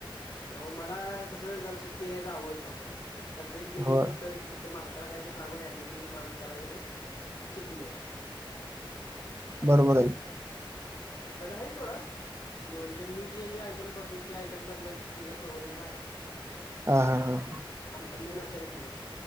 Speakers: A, on the left; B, on the right.
A: त्यामुळे मला कस. जरा, सुट्टी घ्यायच आवड पडते, तर तब्येत बिघडली
B: हो
A: तिथं मालकाला काहीतरी सांगून, ऍडजस्टमेंट माणूस करायचा, आणि सुट्टी घ्यायची
B: बरोबर आहे.
A: तरी आहे सोडा! ! म्हणजे मी जे जे आयटम करतो ते, आयटम करणार तेघ चौघजण खायाच.
B: हा! हा! हा! !
A: आमचा मेन आचार्य सोडून